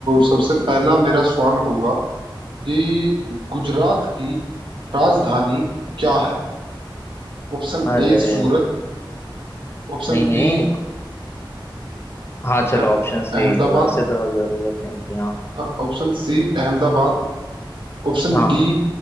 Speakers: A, on the right (about 70°); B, on the left (about 30°).
A: सबसे पहला मेरा सवाल होगा कि गुजरात की राजधानी क्या है Option
B: अरे
A: A Surat option
B: नहीं नहीं
A: B
B: हाँ चलो
A: क्या
B: ऑप्शंस दे
A: अहमदाबाद
B: ही दो वैसे तो जरूरत नहीं थी हाँ
A: हाँ option C Ahmedabad option
B: हाँ।
A: D